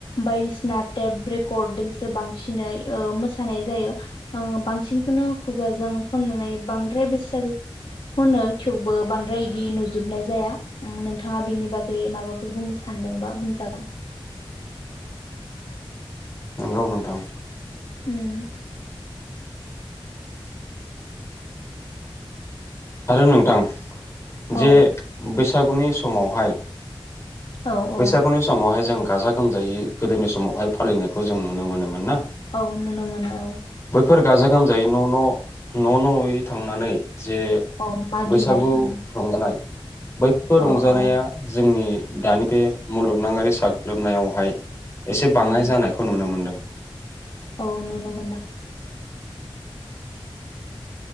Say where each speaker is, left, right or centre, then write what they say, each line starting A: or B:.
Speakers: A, on the left (about 60°); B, on the left (about 30°).
A: बायदिसिना टेप रेकर्डजोंसो बांसिनै ओ मोसानाय जायो बांसिनखौनो खुगाजों खननानै बांद्राय बैसागो खनो थेवबो बांद्राय इदि नुजोबनाय जाया ओ नोंथाङा बेनि बागै माबाफोर बुंनो सानदोंबा बुंज जागोन।
B: नंगौ नोंथां।
A: उम।
B: आरो नोंथां
A: औ
B: जे बैसा सागुनि समावहाय
A: औ
B: बैसागुनि
A: औ
B: समावहाय जों गाजा गोमजायै गोदोनि समावहाय फालिनायखौ जों नुनो मोनोमोन ना?
A: औ नुनो मोनो औ।
B: बेफोर गाजा गोमजायै न' न' न' न'यै थांनानै। जे
A: औ मागिनाय
B: बैसागु
A: उम
B: रंजानाय। बैफोर रंजानाया
A: अ अ
B: जोंनि। दानि। बे मुलुगनांङारि साग्लोबनायावहाय। एसे बाङाय
A: उम
B: जानायखौ नुनो मोन्दों।
A: औ नुनो मोनदों।